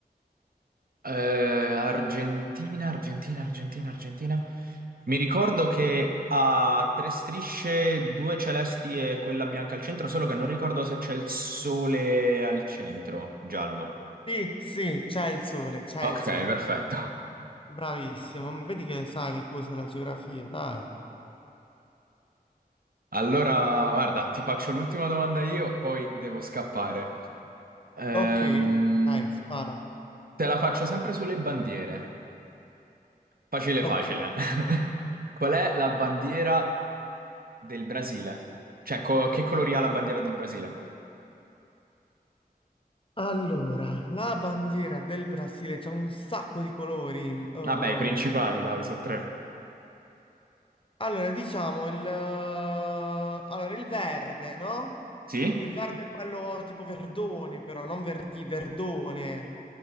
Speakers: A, on the right; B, on the left.
A: Eh, Argentina, Argentina, Argentina, Argentina. Mi ricordo che ha tre strisce, due celesti e quella bianca al centro, solo che non ricordo se c'è il sole al centro, giallo.
B: Sì, sì, c'è il sole, c'è
A: Ok,
B: il sole.
A: perfetto.
B: Bravissimo, ma vedi che sai le cose della geografia, dai.
A: Allora, guarda, ti faccio l'ultima domanda io, poi devo scappare. Ehm,
B: Ok, ok, vai, spara.
A: te la faccio sempre sulle bandiere. Facile,
B: Ok.
A: facile. <laughs> Qual è la bandiera del Brasile? Cioè, co- che colori ha la bandiera del Brasile?
B: Allora, la bandiera del Brasile c'ha un sacco di colori. Ehm,
A: Vabbè, i principali, dai, so tre.
B: Allora, diciamo il, eh, allora, il verde, no?
A: Sì?
B: Il verde è quello tipo verdone, però non verdi, verdone.